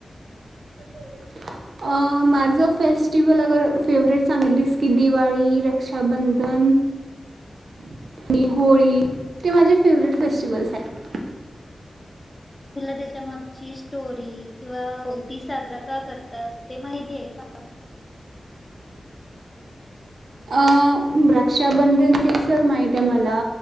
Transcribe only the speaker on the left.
तुला त्याच्या मागची स्टोरी किंवा ती साजरा का करते तर ते माहिती आहे का.